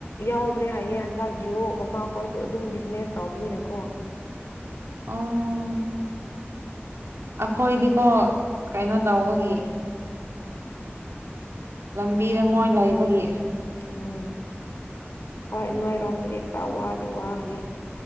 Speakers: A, on the left; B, on the right.
A: ꯌꯥꯎꯗ꯭ꯔꯦ ꯍꯥꯏꯌꯦꯦ ꯍꯟꯗꯛꯇꯤ ꯑꯣ ꯃꯃꯥ ꯈꯣꯏꯁꯨ ꯑꯗꯨꯝ ꯕꯤꯖꯤꯅꯦꯁ ꯇꯧꯕꯅꯤꯅꯀꯣ
B: ꯑꯣ ꯑꯩꯈꯣꯏꯗꯤꯀꯣ ꯀꯩꯅꯣ ꯇꯧꯕꯒꯤ ꯂꯝꯕꯤꯗ ꯃꯣꯏ ꯂꯩꯕꯒꯤ
A: ꯎꯝ ꯍꯣꯏ ꯅꯣꯏꯔꯣꯝꯗꯗꯤ ꯈꯔ ꯋꯥꯗꯤ ꯋꯥꯒꯅꯤ